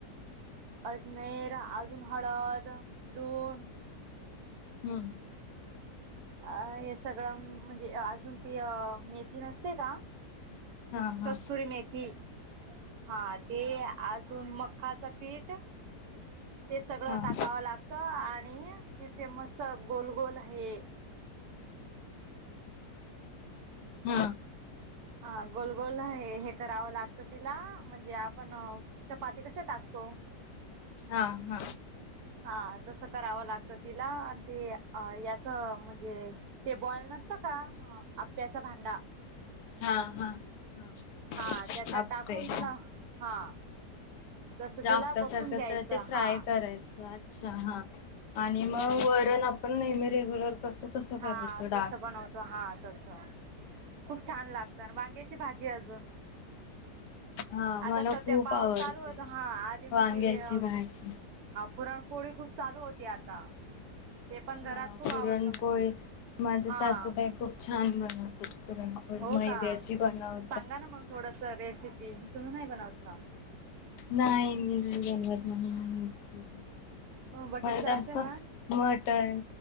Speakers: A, on the right; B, on the left.
A: अजमेर अजून हळद, लूण
B: हम्म
A: अ हे सगळं म्हणजे अजून ती अ मेथी नसते का
B: हा हा
A: कस्तुरी मेथी हा ते अजून मकाचं पीठ ते सगळं
B: हा
A: टाकावं लागत. आणि तिचे मस्त गोलगोल हे
B: हा
A: हा गोलगोल हे करावं लागतं तिला म्हणजे आपण चपाती कश टाकतो
B: हा हा
A: हा तस करावं लागत तिला आणि ते याच म्हणजे ते बॉल त का आप्याचा भांडा
B: हा हा हा
A: हा त्याच्यात
B: आपे
A: टाकून
B: हा
A: तिला हा- तसं तिला
B: आप्यासारखं
A: बपून घ्यायचं
B: तर ते फ्राय
A: हा
B: करायच अच्छा हा आणि मग व- ण आपण नेहमी रेग्युलर करतो तस करायचं
A: हा जसं
B: डाल-
A: बनवतो हा तसं खूप छान लागत वांग्याची भाजी अजून-
B: हा मला
A: आता सध्या
B: खूप
A: पाऊस
B: आवडते
A: चालू होता हा आधी म्हणजे-
B: वांग्याची भाजी
A: पुरणपोळी खूप चालू होती आता. ते पण घरात
B: हा
A: खूप
B: पुरणपोळी
A: आवडतं म्हणजे
B: माझ
A: हा
B: सासूबाई खूप छान बनवते पुरणपोळी.
A: हो
B: मैद्याची
A: का
B: बनव.
A: सांगा ना मग थोडस रेसिपी तुम्ही नाही बनवत का?
B: नाही मी नाही बनवत मला नाही येतं
A: हो बघितलं
B: म जास्त
A: असेल ना
B: मटन